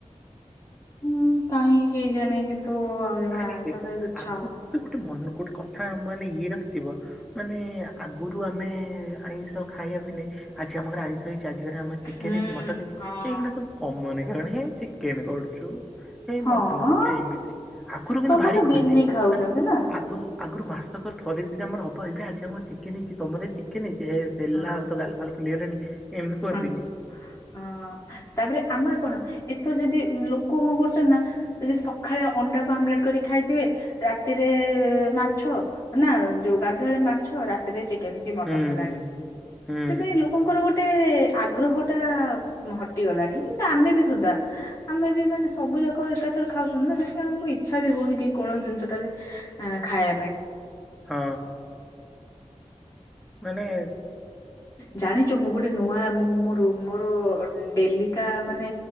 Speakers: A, on the left; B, in the centre.
A: ହୁଁ କାହିଁକି କେହି ଜାଣି କିନ୍ତୁ ଆଉ ଜମା
B: ଆରେ
A: ଆଇସ
B: ଦେଖ
A: ଖାଇକୁ ଇଚ୍ଛା
B: ଆଗରୁ
A: ହଉନି।
B: ଗୋଟେ ଗୋଟେ ମନ ଗୋଟେ କଥା ମାନେ ଇଏ ରଖିଥିବ। ମାନେ ଆଗରୁ ଆମେ ଆଇଁଷ ଖାଇବାକୁ ହେଲେ ଆଜି ଆମ ଘରେ ଆଇଁଷ ହେଇଛି। ଆଜି ଘରେ ଆମର ଚିକେନ
A: ହୁଁ
B: ହେଇଛି ମଟନ ହେଇଛି
A: ହଁ।
B: ଏଇକିଣା ସବୁ କମନ ହେଇଗଲାଣି ହେ ଚିକେନ କରୁଛୁ। ହେଇ
A: ହଁ
B: ମଟନ କରୁଚି ଏଇମିତି ଆଖୁରୁ କିନ୍ତୁ
A: ସମସ୍ତେ
B: ଭାରି ଖୁସି
A: ଡେଲି ଖାଉଛନ୍ତି
B: ମାନେ
A: ନା।
B: ଆଗୁରୁ ଆଗୁରୁ ମାସକ ଥରେ ଯଦି ଆମର ହବ ଏଇବେ ଆମର ଚିକେନ ହେଇଚି ତମର ହେଇଚି। କେନ ହେଇଚି ହେସ୍ ହେଲା‌
A: ହଁ
B: ଆଉ ତୋ ଗାଲ ଫାଲ ଫୁଲିଗଲାଣି ଏମତି କୁହନ୍ତିନି?
A: ହଁ ହଁ ତାପରେ ଆମର କଣ ଏଥର ଯଦି ଲୋକ କଁ କରୁଚନ୍ତି ନା ଯଦି ସଖାଳେ ଅଣ୍ଡାକୁ ଆମଲେଟ କରି ଖାଇଥିବେ ରାତିରେ ମାଛ ନା ଯୋଉ ଗାଧୁଆଳେ ମାଛ ରାତିରେ ଚି କେନ୍ କି ମଟନ୍
B: ହୁଁ।
A: ହେଲାଣି
B: ହୁଁ
A: ସେଥିଆଇଁ ଲୋକଙ୍କର ଗୋ ଟେ ଆଗ୍ରହଟା ମ ହଟିଗଲାଣି ଏମିତି ଆମେ ବି ସୁଧା। ଆମେ ବି ମାନେ ସବୁ ଯାକ ଏକାଥରେ ଖାଉଛନ୍ତି ନା ସେଥିପାଇଁ ଆମୁକୁ ଇଚ୍ଛା ବି ହୋଉନି କି କୌଣସି ଜିନିଷଟା ଯେ ଅ ଖାଇବା ପାଇଁ।
B: ହଁ ମାନେ
A: ଜାଣିଚୁ ମୁଁ ଗୋଟେ ନୂଆ ମୁଁ ମୋର ମୋର ଡେଲିକା ମାନେ